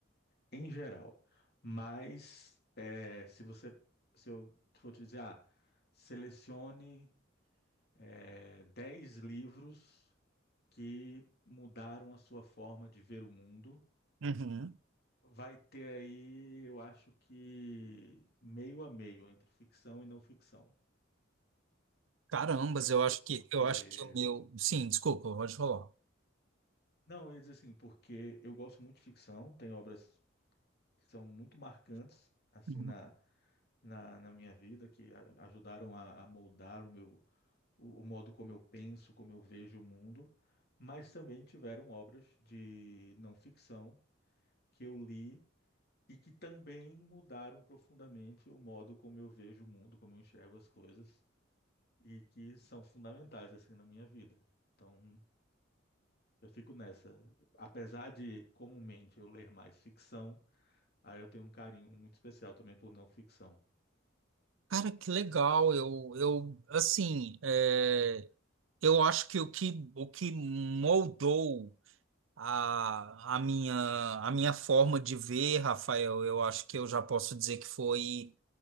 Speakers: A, on the left; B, on the right.
A: Em geral. Mas é, se você se eu for te dizer, ah, selecione é, 10 livros que mudaram a sua forma de ver o mundo.
B: Uhum.
A: Vai ter aí, eu acho que meio a meio entre ficção e não ficção.
B: Carambas, eu acho que
A: Porque.
B: eu acho que o meu. Sim, desculpa, pode falar.
A: Não, eu ia dizer assim, porque eu gosto muito de ficção, tem obras que são muito marcantes, assim,
B: Uhum.
A: na, na, na minha vida, que a- ajudaram a, a moldar o meu, o, o modo como eu penso, como eu vejo o mundo, mas também tiveram obras de não ficção que eu li e que também mudaram profundamente o modo como eu vejo o mundo, como eu enxergo as coisas. e que são fundamentais assim na minha vida. Então, eu fico nessa. Apesar de comumente eu ler mais ficção, aí eu tenho um carinho muito especial também por não ficção.
B: Cara, que legal. Eu, eu assim, é, eu acho que o que, o que moldou a, a minha, a minha forma de ver, Rafael, eu acho que eu já posso dizer que foi